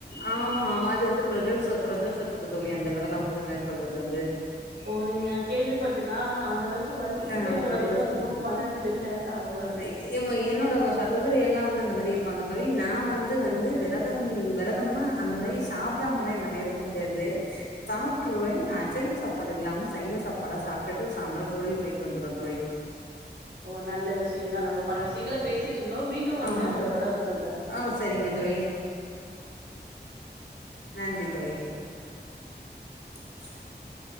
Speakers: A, on the left; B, on the right.
A: ஆமா ஆமா அது வந்து பிரதோஷ பிரதோஷத்துக்கு தோழி அந்த விரத வந்து மேற்கொள்வது வந்து
B: ஓ நீங்க கேள்விப்பட்டிருக்கா ஆனா நான் அந்தளவுக்கு வருத்திக்கிட்டு
A: ஆ
B: இது
A: பிரதோஷம்
B: வரைக்கு எதுவும் பண்ணுனது இல்ல அவ்ள
A: <unintelligible> என்னோட சகோதரி எல்லாம் வந்து அந்த மாரி இருப்பாங்க தோழி நா வந்து வந்து விரததம் விர தம்னா அந்த மாரி சாப்பிடாமலா என்னால இருக்க முடியாது சாப்ட்றுவேன் அசைவ சாப்பாடு இல்லாம ம்ம சைவ சாப்பாடா சாப்டுட்டு சாந்தரம் கோயிலுக்கு போய்ட்டு வந்துருவ தோழி
B: ஓ நல்ல விஷ ஷியம் தான் நம்ப பல விஷயங்கள பேசிட்டு இருந்தோம் மீண்டும் ஒரு
A: ஆமா
B: முறை உங்கள
A: தோழி
B: தொடர்பு கொள்ற
A: ஆ சரிங்க தோழி
B: <inaudible>
A: நன்றி தோழி <inaudible>